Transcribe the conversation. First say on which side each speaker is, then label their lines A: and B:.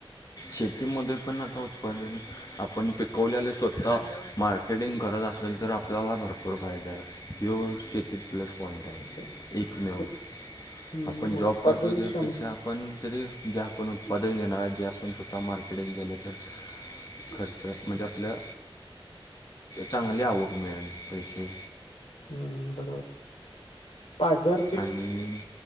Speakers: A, on the left; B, on the left.
A: शेतीमध्ये पण आता उत्पादन आपण पिकवल्याले स्वतः मार्केटिंग करत असेल तर आपल्याला भरपूर फायदा आहे. ह्यो शेतीत प्लस पॉइंट आहे,
B: ते
A: एकमेव.
B: उत हं
A: आपण
B: उत्पादन
A: जॉब करतो
B: क्षम
A: त्यापेक्षा पण जरी जे आपण उत्पादन घेणार आहे, जे आपण स्वतः मार्केटिंग केलं तर खर्च म्हणजे आपल्या चांगली आवक मिळेल, पैसे.
B: हं. बरोबर! पाझर
A: आणि